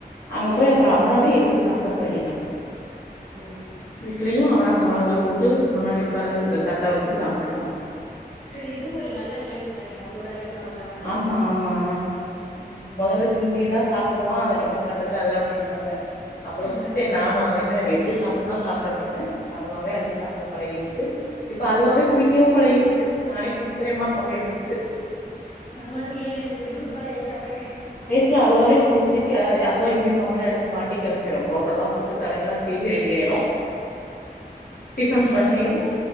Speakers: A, on the left; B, on the left.
A: அங்க
B: ஆ
A: போய் அப்பற
B: ஆ
A: அவனாவே எடுத்து சாப்ட பழகிட்டா
B: ஓ
A: வீட் ட்லயு அவனா சமனங்கால் போட்டு முன்னாடி உக்கார தட்ட வெச்சு சாப்ட்ருவா
B: சேரி இதுவு ஒரு நல்ல ட்ரைனிங் தானே அவுங்க வேலைகள அவுங்களா பழகிக்கிறது
A: ஆமா ஆமா
B: ம்
A: மொதல்ல சிந்தி தா சாப் டுவா அத நீ ஒன்னு கண்டுக்காத அப்டின்னாங்க அப்பற
B: ஆ
A: விட்டுட்டே
B: ஆ
A: நானு அதே மாரி அவ எப்டி சாப் அப்பறன சாப்டட்டுன்னு அப்பற அதுவாவே அள்ளி சாப்புட பழகிருச்சு இப்ப அதுவாவே குளிக்கவு பழகிருச்சு நானே குளிச்சுக்கிறேம்மா அப்டின்றுச்சு
B: பரவால்லயே வெரி குட் பாய் ஆயிட்டானே
A: ட்டு அதுவாவே குளிச்சு கெ அதுவா யூனிஃபார்மெல்லா எடுத்து மாட்டி கெளம்பிரு பவுட்ருலா போட்டு தலயெல்லா சீ சீவி ரெடி ஆயிரு டிஃபன்
B: பரவால்ல
A: பண்ணி
B: எந்த